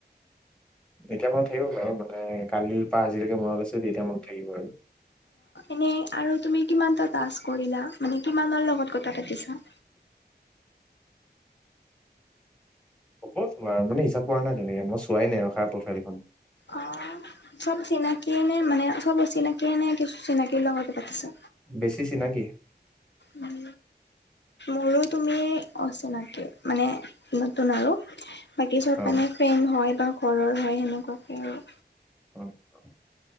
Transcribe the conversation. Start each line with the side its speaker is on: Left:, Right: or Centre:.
Centre: এতিয়া মনত থাকিব বাৰু মানে কালিৰ পৰা আজিলৈকে মনত আছে যিহেতু মনত থাকিব আৰু।
Left: এনেই আৰু তুমি কিমান এটা তাজ কৰিলা মানে কিমানৰ লগত কথা পাতিছা।
Centre: হ'ব তোমাৰ মানে হিচাপ কৰা নাই তেনেকে মই চোৱাই নাই ৰখাৰ প্ৰফাইলখন।
Left: অ, চব চিনাকিয় নে, মানে চব অচিনাকিয় নে কিছু চিনাকিৰ লগত পাতিছা।
Centre: বেছি চিনাকি।
Left: উম, সৰু, তুমি অচিনাকি মানে নতুন আৰু বাকী চব
Centre: অ
Left: মানে ফ্ৰেণ্ড হয় বা ঘৰৰ হয়, সেনেকুৱাকে আৰু
Centre: অ', অ',